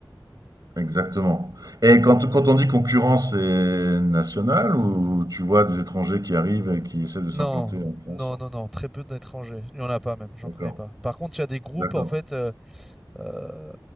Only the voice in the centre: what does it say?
Non,
non, non, non. Très peu d'étrangers. Il n'y en a pas même, j'en
connais pas. Par contre, il y a des groupes,
en fait, euh, euh,